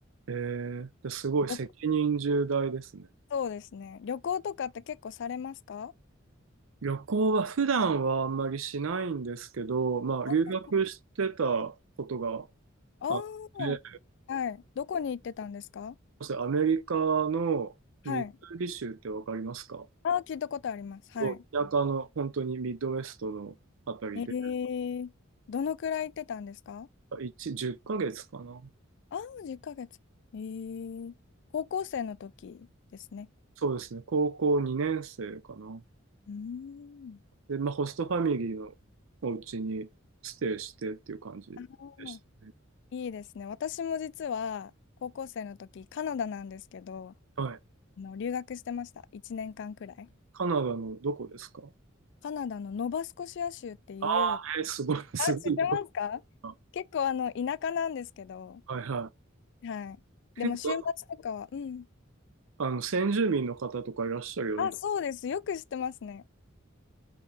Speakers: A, on the right; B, on the left.
A: えー、ですごい責任重大ですね。
B: よそうですね。旅行とかって結構されますか
A: 旅行は普段はあんまりしないんですけど、まあ留学してた
B: あ
A: ことが
B: あー、
A: あって、
B: はい。どこに行ってたんですか
A: そしてアメリカのミズーリ州ってわかりますか
B: はい。ああ、聞いたことあります。
A: すごい田舎の本当にミッドウェストのあたりで、
B: はい。ええどのくらい行ってたんですか
A: 1、10ヶ月かげつかな。
B: ああー、10ヶ月。ええ高校生の時ですね。
A: そうですね、高校2年生かな。
B: うーん。
A: で、まあ、ホストファミリーのお家にステイしてっていう感じでしたね。
B: あのいいですね。私も実は高校生の時、カナダなんですけど、あ
A: はい。
B: の留学してました。1年間くらい。
A: カナダのどこですか
B: カナダのノバスコシア州っていう、
A: ああー、えーすごい、すごいとこ
B: あ、知ってますか
A: だな。
B: 結構あの田舎なんですけど、
A: はいは
B: はい。でも週末とかは、
A: い。結構、
B: うん。
A: あの、先住民の方とかいらっしゃるよう
B: あ、そうです。よく知ってますね。